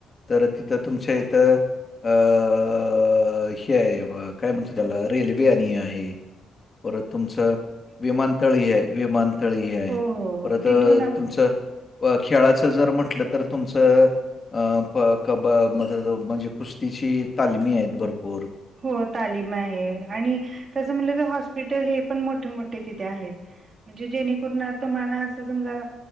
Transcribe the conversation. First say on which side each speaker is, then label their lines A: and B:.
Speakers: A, on the left; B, on the right.
A: तर तिथं तुमच्या इथं अ अ अ, हे आहे बघ काय म्हणतो, त्याला रेल्वे आणि हे आहे. परत तुमचं विमानतळ ही आहे, विमानतळ ही आहे
B: हो हो हो
A: परत
B: तिथून
A: अ
B: आप
A: तुमचं खेळाच जर म्हटलं तर तुमचं अ, ब, क, ब, मददो म्हणजे कुस्तीची तालमी आहेत भरपूर
B: हो तालीम आहे आणि तसं म्हणलं तर हॉस्पिटल हे पण मोठे, मोठे तिथे आहेत म्हणजे जेणेकरून आ तुम्हाला असं समजा